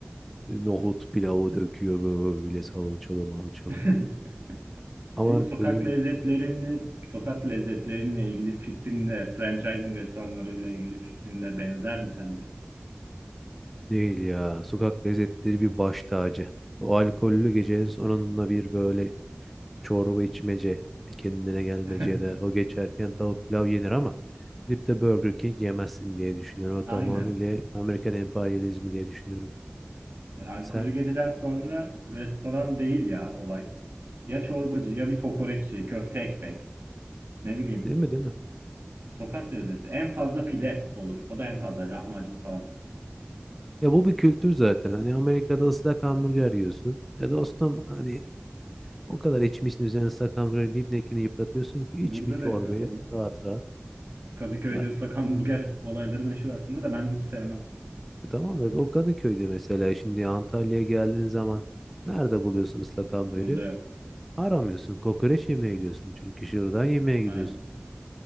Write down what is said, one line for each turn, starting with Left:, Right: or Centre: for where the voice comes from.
Centre: nohut pilavı döküyor böyle salçalı malçalı.
Right: zaten. <laughs>
Centre: Ama
Right: Bu sokak
Centre: dediğin
Right: lezzetlerini,
Centre: gibi
Right: sokak lezzetlerinle ilgili fikrinde, franchising restoranlarıyla ilgili fikrinde benzer mi sence?
Centre: değil ya. Sokak lezzetleri bir baş tacı. O alkollü gecenin sonunda bir böyle çorba içmece, bir kendine gelmece
Right: <laughs>
Centre: ya da o geçerken tavuk pilav yenir ama gidip de Burger King yemezsin diye düşünüyorum. O tamamıyla
Right: Aynen.
Centre: Amerikan emperyalizmi diye düşünüyorum.
Right: Yani alkollü
Centre: Sen
Right: geceden sonra restoran değil ya olay. Ya çorbacı ya bir kokoreççi, köfte ekmek, ne bileyim.
Centre: değil mi değil mi?
Right: Sokak lezzeti. En fazla pide olur. O da en fazla lahmacun falan.
Centre: Ya bu bir kültür zaten. Hani Amerika'da ıslak hamburger yiyorsun. Ya dostum hani O kadar içmişsin üzerine sakan böyle dibdekini yıpratıyorsun ki
Right: Burada
Centre: iç bir çorbayı
Right: da yapıyorlar onu.
Centre: rahat rahat.
Right: Kadıköy'de
Centre: Ya,
Right: ıslak hamburger olayları meşhur aslında da ben hiç sevmem.
Centre: e, tamam da o Kadıköy'de mesela şimdi Antalya'ya geldiğin zaman nerede buluyorsun ıslak hamburgeri?
Right: Burada yok.
Centre: Aramıyorsun. Kokoreç yemeye gidiyorsun. Çünkü şuradan yemeye gidiyorsun.
Right: Aynen.